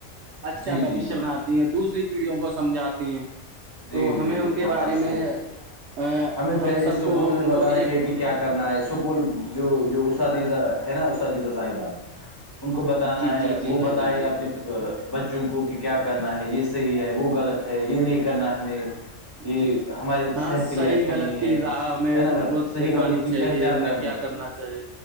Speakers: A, on the right; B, on the left.
A: اچھا
B: جی جی
A: بوشیہ
B: جی
A: بناتی دوسری پیڑھیوں کو سمجھاتی ہیں
B: جی
A: تو ہمیں
B: جی
A: ان
B: وہاں
A: کے بارے
B: صحیح
A: میں
B: بات ہے
A: ا
B: ہمیں پہلے
A: ہم سب
B: اسکول
A: کو
B: میں
A: ان
B: بتانا
A: کو ایک
B: چاہیے کہ کیا کرنا ہے سکول جو جو اساتیزہ ہے نا اساتیزہ صاحبان ان کو بتانا
A: جی
B: ہے
A: جی جی
B: وہ
A: بھائی
B: بتائے
A: جان بالکل
B: اپنے
A: بالکل
B: ب وں کو کہ کیا کرنا ہے یہ صحیح ہے وہ غلط ہے یہ نہیں کرنا ہمیں یہ
A: جی
B: ہماری
A: ہاں
B: صحت کے لیے
A: صحیح
B: اچھا
A: غلط
B: نہیں ہے
A: ہی رہا ہمیں
B: ہے
A: ان
B: نا بھائی
A: کو
B: جان صحیح
A: دکھانی
B: غلط کی
A: چاہیے
B: پہچان
A: انہیں
B: کرنی
A: کیا
B: چاہیے
A: کرنا اچھا جی